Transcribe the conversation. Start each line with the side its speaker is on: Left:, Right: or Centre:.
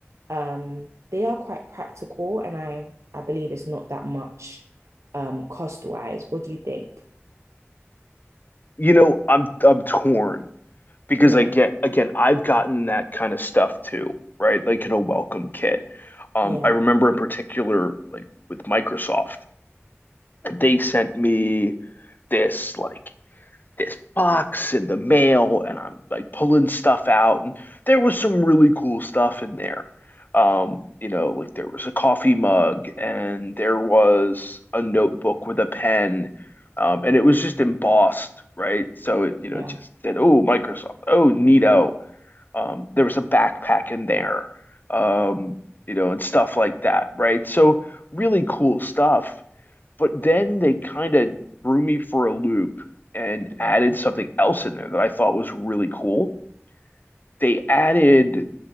Right: Um, they are quite practical and I I believe it's not that much um cost wise. What do you think?
Left: You know, I'm I'm torn because
Right: Yeah,
Left: again, again, I've gotten that kind of stuff too, right? Like in a welcome kit. Um,
Right: yeah,
Left: I remember in particular, like with Microsoft, they sent me this like this box in the mail, and I'm like pulling stuff out, and there was some really cool stuff in there. Um, you know, like there was a coffee mug, and there was a notebook with a pen. Um, and it was just embossed, right? So it, you know,
Right: yeah.
Left: just said, "Oh, Microsoft. Oh, neato." Um, there was a backpack in there, um, you know, and stuff like that, right? So really cool stuff. But then they kind of threw me for a loop and
Right: Mm.
Left: added something else in there that I thought was really cool. They added